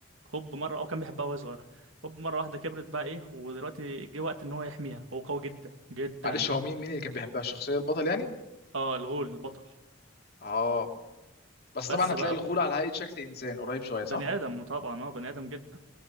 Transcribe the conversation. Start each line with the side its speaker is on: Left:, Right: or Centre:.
Right: هوب مره اه كان بيحبها وهي صغيره هوب مره واحده كبرت بقى ايه ودلوقتي جه وقت ان هو يحميها هو قوي جدا جدا
Left: معلش هو مين مين اللي كان بيحبها الشخصيه البطل يعني
Right: اه الغول البطل
Left: اه بس
Right: بس
Left: طبعا هتلاقي
Right: بقى
Left: الغول على هيئه شكل انسان قريب شويه
Right: بني
Left: صح
Right: ادم طبعا اه بني ادم جدا